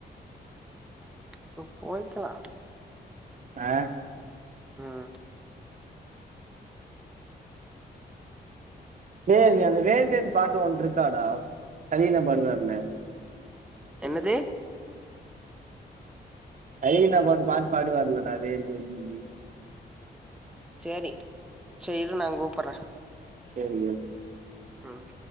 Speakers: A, in the centre; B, on the right.
A: இப்ப போய்கலா
B: ஆ
A: ம்
B: டேய் நி அந்த வேல் வேல் பாட்டு ஒன்ட இருக்காடா கலீலேன் பாடுவாருல
A: என்னது
B: கலீல்ணா பாட் பாட்டு பாடுவருலடா வேல் வேல்னு சொல்லி
A: சேரி சே இரு நா கூப்பற
B: சேரி வை
A: ம்